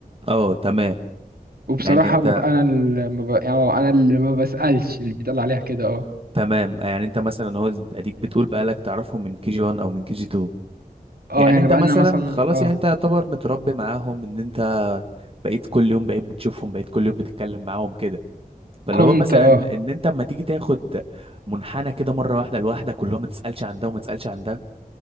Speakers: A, on the right; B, on the right.
A: اه تمام
B: وبصراحة
A: يعني انت
B: ببقى أنا اللي ما ببقى يعني آه، أنا اللي ما بسألش اللي بيتقال عليها كده اه
A: تمام يعني انت مثلا هو اديك بتقول بقالك تعرفهم من كي جي 1 او من كي جي 2
B: اه
A: يعني
B: يعني
A: انت
B: بقالنا
A: مثلا
B: مثلا
A: خلاص
B: اه
A: يعني انت يعتبر متربي معاهم ان انت بقيت كل يوم بقيت بتشوفهم بقيت كل يوم بتتكلم معاهم كده فاللي
B: كنت
A: هو مثلا
B: اه
A: ان انت اما تيجي تاخد منحنى كده مره واحده لوحدك كلهم ما تسالش عن ده وما تسالش عن ده